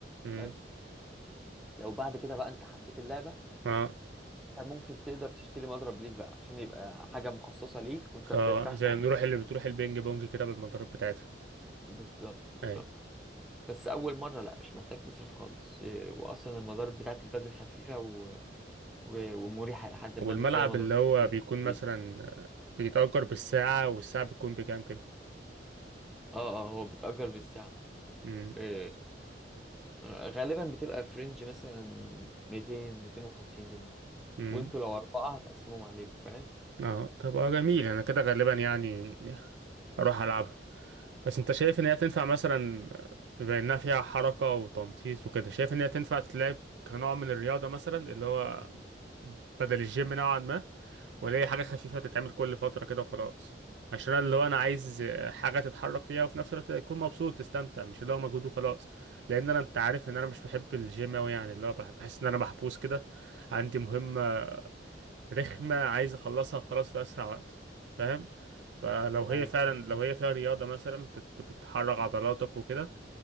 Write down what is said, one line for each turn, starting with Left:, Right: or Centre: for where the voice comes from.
Right: امم
Centre: بس لو بعد كده بقى انت حبيت اللعبه
Right: اه
Centre: انت ممكن تقدر تشتري مضرب ليك بقى عشان يبقى حاجه مخصصه ليك وانت
Right: خ-
Centre: بترتاح
Right: زي
Centre: معاها
Right: نروح اللي بتروح البينج بونج كده بالمضارب بتاعتها
Centre: بالظبط بالظبط
Right: أيوة.
Centre: بس اول مره لا مش محتاج تصرف خالص إيه، واصلا المضارب بتاعت البدل خفيفه و... و... ومريحه لحد ما
Right: والملعب
Centre: مش زي مضارب
Right: اللي هو
Centre: البلاد
Right: بيكون
Centre: كتير.
Right: مثلا بيتأجر بالساعة والساعة بتكون بكام كده
Centre: اه اه هو بتأجر بالساعه
Right: امم
Centre: إيه، غالبا بتبقى في رينج مثلا 200 250 جنيه
Right: امم
Centre: وانتوا لو اربعه هتقسمهم عليكم فاهم
Right: اه طب اه جميل انا كده غالبا يعني اروح العبها بس انت شايف ان هي تنفع مثلا بما انها فيها حركة وتنطيط وكده شايف ان هي تنفع تتلعب كنوع من الرياضة مثلا اللي هو بدل الجيم نوعا ما ولا هي حاجة خفيفة تتعمل كل فترة كده وخلاص عشان أنا اللي هو أنا عايز حاجة تتحرك فيها وفي نفس الوقت تكون مبسوط تستمتع مش اللي هو مجهود وخلاص لأن أنا أنت عارف إن أنا مش بحب الجيم أوي يعني اللي هو بح- بحس إن أنا محبوس كده عندي مهمة رخمة عايز أخلصها وخلاص في أسرع وقت فاهم فلو هي
Centre: ايوه
Right: فعلا لو هي فيها رياضة مثلا بت- بتحرك عضلاتك وكده